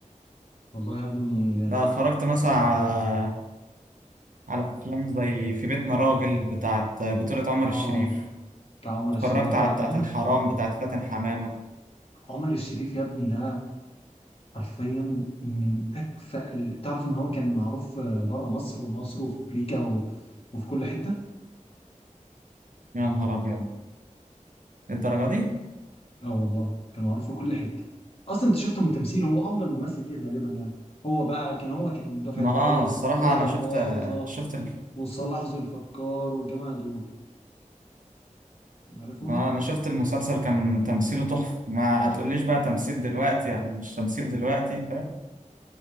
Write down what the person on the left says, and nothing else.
والله يا ابني
افلام
اه
بتاع عمر
الشريف
ايوه
عمر
عمر الشريف يا ابني ده حرفيا من اكفأ ال... تعرف ان هو كان معروف بره مصر ومصر وفي امريكا و... وفي كل حتة
اه والله كان معروف في كل حته اصلا انت شفته من تمثيله هو افضل ممثل جه غالبا يعني هو بقى كان هو كان دفعه
بقى
ايه
رشدي
اباظه
وصلاح ذو الفقار والجماعه دول عارفهم